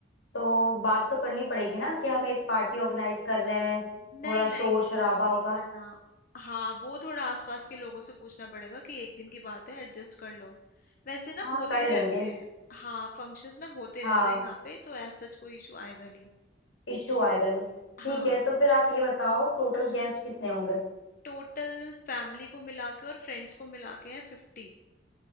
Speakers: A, on the left; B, on the left.
A: तो बात तो करनी पड़ेगी ना कि हम एक पार्टी ऑर्गेनाइज कर रहे हैं
B: नहीं
A: थोड़ा
B: नहीं
A: शोर
B: कुछ
A: शराबा
B: नहीं
A: होगा
B: करना हाँ वो थोड़ा आसपास के लोगों से पूछना पड़ेगा कि एक दिन की बात है एडजस्ट कर लो वैसे ना
A: हाँ
B: होते
A: कर लेंगे
B: रहते हैं हाँ फंक्शंस ना होते रहते
A: हाँ
B: हैं यहाँ पे तो ऐसा कोई इशू आएगा नहीं
A: इश्यू आएगा नहीं
B: हाँ
A: ठीक है तो फिर आप ये बताओ टोटल
B: हम्म
A: गेस्ट कितने होंगे
B: टोटल फैमिली को मिला के और फ्रेंड्स को मिला के है फिफ्टी